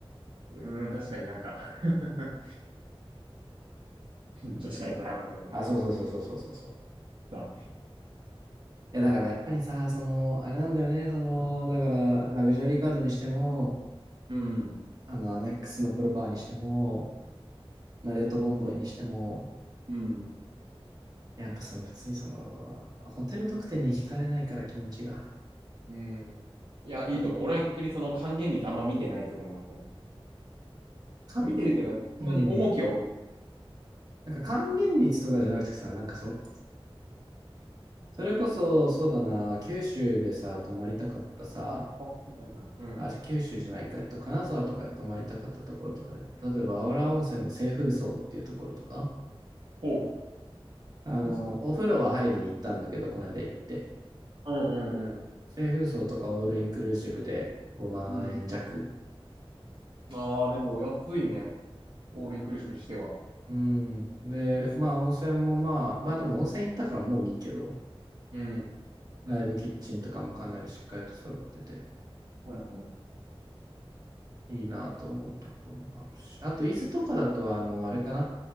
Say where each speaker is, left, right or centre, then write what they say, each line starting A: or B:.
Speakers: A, on the right; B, on the right.
A: うーん、確かになんか <laughs> 女子会ブラウン。
B: あ、そうそうそうそうそうそう。
A: さ、
B: いや、だからやっぱりさ、その、あれなんだよね、その、だから、ラグジュアリーカードにしても、
A: うん、
B: あの、アメックスのプロパーにしても、マリオットボンボイにしても、
A: うん、
B: やっぱその別にその、ホテル特典に惹かれないから気持ちが。
A: うん。いや、いいと思う。
B: だ
A: 俺は逆にその還元率あんま見てないってとこもあると思
B: 還、
A: う。見てるけどねそんなに重きを置い。
B: うん。なんか還元率とかじゃなくてさ、なんかその、それこそ、そうだな、九州でさ、泊まりたかったさ、
A: あ、はいはい。うん。
B: あ、じゃあ九州じゃないか、えっと、金沢とかで泊まりたかったところとかで、例えば、あわら温泉の清風荘っていうところとか、
A: おう。
B: あの、
A: えそうっすね。
B: お風呂は入りに行ったんだけど、この間行って。
A: うんうん
B: 清風荘とかオールインクルーシブで5万円弱。
A: うん。うん。ああ、でも安いね。オールインクルーシブにしては。ほ
B: うん。で、
A: とっす
B: まあ温泉もまあ、まあでも温泉行ったからもういいけど、
A: うん。
B: ライブキッチンとかもかなりしっかりと揃ってて、
A: はいはい。
B: いいなと思うところもあるし。あと、伊豆とかだと、あの、あれかな